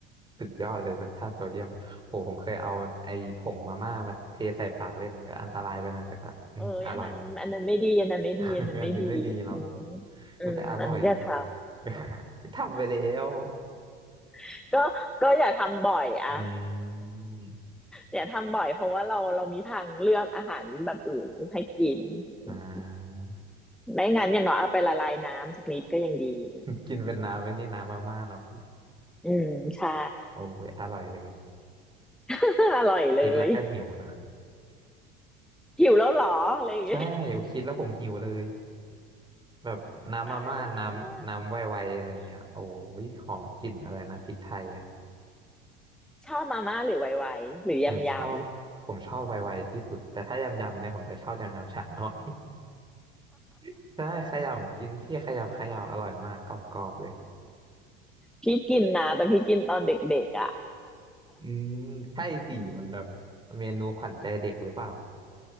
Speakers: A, on the right; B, in the centre.
A: สุดยอดเลยรสชาติโซเดียมโหผมเคยเอาไอ้ผงมาม่ามาเทใส่ปากเล่นก็อันตรายไปหน่อยแต่ก็อืมอร่อย
B: เอ้ยอันนั้นอันนั้นไม่ดีอันนั้นไม่ดีอันนั้นไม่ดีอืม
A: <laughs> อันนี้ไม่ดีเนาะ
B: อืมอันนั้นอย่าท
A: อุ๊ยแต่อร่อยอะ <laughs> ทำไปแล้ว
B: ำ ก็ก็อย่าทำบ่อยอะ
A: อืม
B: อย่าทำบ่อยเพราะว่าเราเรามีทางเลือกอาหารแบบอื่นให้กินอืม
A: อ่า
B: ไม่งั้นอย่างน้อยเอาไปละลายน้ำสักนิดก็ยังดีอะไรอย่างเงี้ย
A: กินเป็นน้ำไอ้นี่น้ำมาม่าเนาะ
B: อืมใช่
A: โอ้ยอร่อยเลย
B: <laughs> อร่อยเลย
A: คิดแล้วก็หิวนะ
B: หิวแล้วเหรออะไรอย่างเงี้ย
A: ใช่โอ้คิดแล้วผมหิวเลยแบบน้ำมาม่าน้ำน้ำไวๆอะไรเงี้ยโอ้ยหอมกลิ่นอะไรนะพริกไทยอ่ะ
B: ตายแล้วชอบมาม่าหรือไวไวหรือยำยำ
A: ผมชอบผมชอบไวๆที่สุดแต่ถ้ายำๆเนี่ยผมจะชอบยำๆชาน้อย <laughs> ใช่ขยำกินพี่ขยำขยำอร่อยมากกรอบๆเลย
B: พี่กินนะแต่พี่กินตอนเด็กๆอ่ะ
A: อืมใช่สิมันแบบเมนูขวัญใจเด็กหรือเปล่า